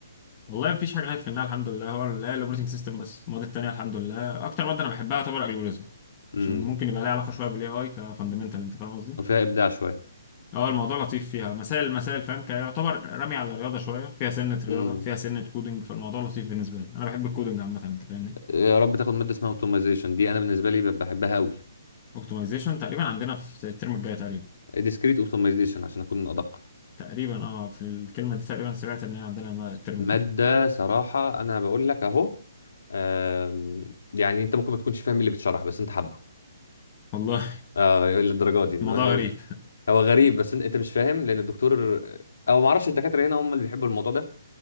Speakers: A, on the left; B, on the left.
A: والله مفيش حاجة خايف منها الحمد لله هو ال- لا الأوبريتنج سيستم بس المواد التانية الحمد لله أكتر مادة أنا بحبها يعتبر الجوريزم
B: امم
A: عشان ممكن يبقى لها علاقة شوية بالاي اي كفاندمنتال انت فاهم قصدي؟
B: وفيها ابداع شويه
A: اه الموضوع لطيف فيها مسائل مسائل فاهم كيعتبر رمي على الرياضة شوية فيها سنة رياضة
B: امم
A: فيها سنة كودنج فالموضوع لطيف بالنسبة لي أنا بحب الكودنج عامة انت فاهمني؟
B: يا رب تاخد ماده اسمها اوتومايزيشن دي انا بالنسبه لي ب- بحبها قوي
A: اوبتمايزيشن تقريبا عندنا في الترم الجاي تقريبا
B: ديسكريت اوتومايزيشن عشان اكون ادق
A: تقريبا اه في الكلمه دي تقريبا سمعت ان هي عندنا الم- الترم
B: مادة
A: الجاي
B: صراحة أنا بقول لك أهو آم، يعني أنت ممكن ما تكونش فاهم إيه اللي بيتشرح بس أنت حابه
A: والله
B: أه للدرجة دي إن
A: <laughs> الموضوع
B: هو
A: غريب
B: هو غريب بس أنت أنت مش فاهم لأن الدكتور أو ما أعرفش الدكاترة هنا هم اللي بيحبوا الموضوع ده